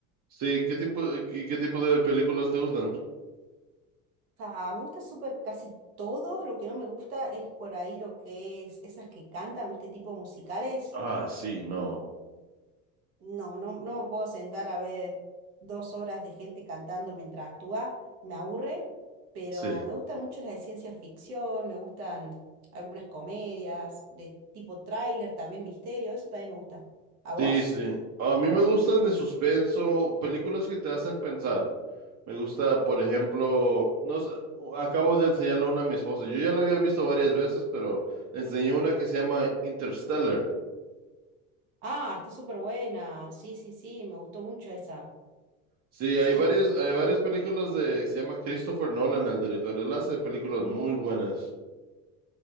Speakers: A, on the right (about 40°); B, on the right (about 85°).
A: Sí, ¿qué tipo, qué, qué tipo de películas te gustan?
B: Ah, me gusta súper casi todo, lo que no me gusta es por ahí lo que es esas que cantan, ¿viste? Tipo musicales.
A: Ah, sí, no.
B: No, no, no me puedo sentar a ver dos horas de gente cantando mientras actúa, me aburre, pero
A: Sí.
B: me gustan mucho las de ciencia ficción, me gustan algunas comedias de tipo tráiler, también misterio, eso también me gusta. ¿A vos?
A: Sí, sí. A mí me gustan de suspenso, películas que te hacen pensar. Me gusta, por ejemplo, no sé, acabo de enseñarle una a mi esposa. Yo ya la había visto varias veces, pero le enseñé una que se llama Interstellar.
B: Ah, está súper buena, sí, sí, sí, me gustó mucho esa,
A: Sí,
B: sí.
A: hay varias, hay varias películas de, se llama Christopher Nolan, el director. Él hace películas muy buenas.